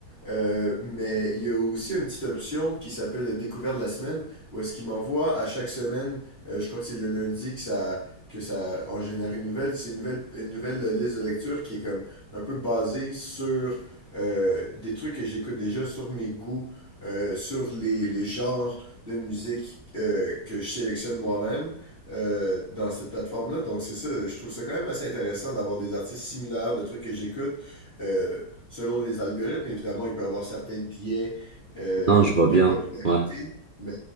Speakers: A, on the left; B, on the right.
A: Euh, mais il y a aussi une petite option qui s'appelle la découverte de la semaine, où est-ce qu'il m'envoie à chaque semaine, euh, je crois que c'est le lundi que ça, que ça en génère une nouvelle. C'est une nouvelle, une nouvelle liste de lecture qui est comme un peu basée sur euh, des trucs que j'écoute déjà, sur mes goûts, euh, sur les, les genres de musique euh, que je sélectionne moi-même euh, dans cette plateforme-là. Donc c'est ça, je trouve ça quand même assez intéressant d'avoir des artistes similaires, de trucs que j'écoute. euh, selon les algorithmes, évidemment, il peut y avoir certains biais euh,
B: Non, je vois
A: de
B: bien.
A: popularité,
B: Ouais.
A: mais,